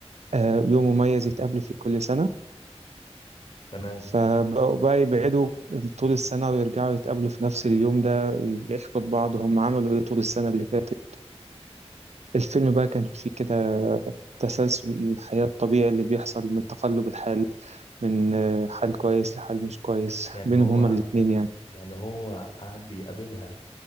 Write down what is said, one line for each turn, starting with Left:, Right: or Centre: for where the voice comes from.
Right: آه، يوم مميز يتقابلوا فيه كل سنة
Left: تمام
Right: فبقوا بقى يبعدوا طول السنة ويرجعوا يتقابلوا في نفس اليوم ده يحكوا لبعض هم عملوا إيه طول السنة اللي فاتت الفيلم بقى كان فيه كده تسلسل الحياة الطبيعي اللي بيحصل من تقلب الحال من آه، حال كويس لحال مش كويس
Left: يعني
Right: بينهم
Left: هو
Right: هما الاتنين يعني
Left: يعني هو قعد بيقابلها